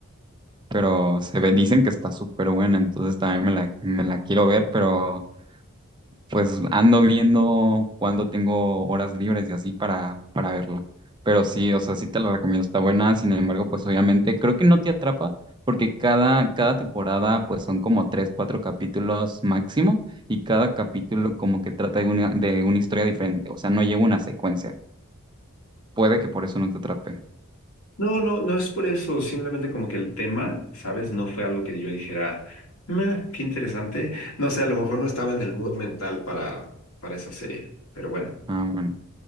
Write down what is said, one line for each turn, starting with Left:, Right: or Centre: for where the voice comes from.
Right: pero se ve, dicen que está súper buena, entonces también me la, me la quiero ver, pero pues ando viendo cuando tengo horas libres y así para, para verla. Pero sí, o sea, sí te la recomiendo, está buena. Sin embargo, pues obviamente creo que no te atrapa porque cada, cada temporada pues son como tres, cuatro capítulos máximo y cada capítulo como que trata de una, de una historia diferente. O sea, no lleva una secuencia. Puede que por eso no te atrape.
Left: No, no, no es por eso. Simplemente como que el tema, ¿sabes? No fue algo que yo dijera, "Meh, qué interesante. No sé, a lo mejor no estaba en el mood mental para, para esa serie, pero bueno.
Right: Ah, bueno.